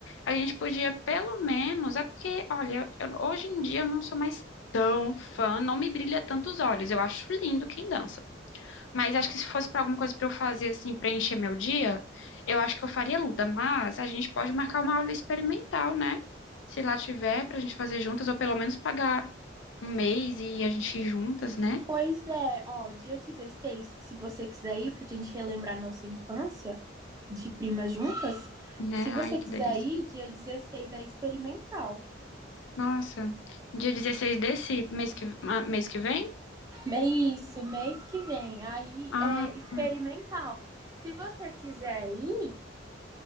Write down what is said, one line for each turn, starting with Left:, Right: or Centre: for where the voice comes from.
Left: A gente podia, pelo menos, é porque, olha, eu- hoje em dia eu não sou mais tão fã, não me brilha tanto os olhos. Eu acho lindo quem dança. Mas acho que se fosse pra alguma coisa pra eu fazer, assim, preencher meu dia, eu acho que eu faria luta. Mas a gente pode marcar uma aula experimental, né? Se lá tiver, pra gente fazer juntas, ou pelo menos pagar um mês e a gente ir juntas, né?
Right: Pois é, ó, dia 16, se você quiser ir pra gente relembrar nossa infância de primas juntas,
Left: Né?
Right: se você
Left: Ai, que
Right: quiser
Left: delícia.
Right: ir, dia 16 é experimental.
Left: Nossa, dia 16 desse mês que, ah, mês que vem?
Right: É Isso, mês que vem. Aí
Left: Ah,
Right: é experimental.
Left: hum,
Right: Se você quiser ir,